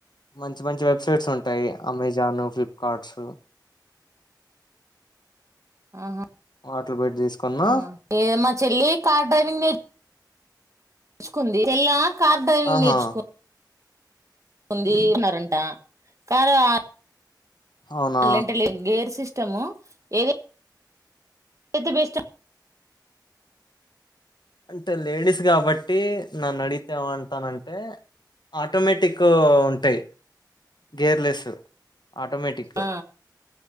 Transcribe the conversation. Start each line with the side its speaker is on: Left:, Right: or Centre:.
Left: మంచి మంచి వెబ్సైట్స్ ఉంటాయి అమెజాను ఫ్లిప్ కాట్స్
Right: ఆహా
Left: వాటిలో పెట్టి తీసుకున్నా
Right: హా మా చెల్లి కార్ డ్రైవింగ్ నే తెచ్చుకుంది చేల్లా కార్ డ్రైవింగ్
Left: ఆహా
Right: నేర్చుకో ఉంది. అన్నారంట కార్ ఆ
Left: అవునా
Right: లెంట లే గేర్ సిస్ స్టము ఏది అయితే బెస్ట్
Left: అంటే లేడీస్ కాబట్టి నన్ను అడిగితే ఏమమంటానంటే ఆటోమేటిక్ ఉంటాయి. గేర్లెస్ ఆటోమేటిక్
Right: ఆ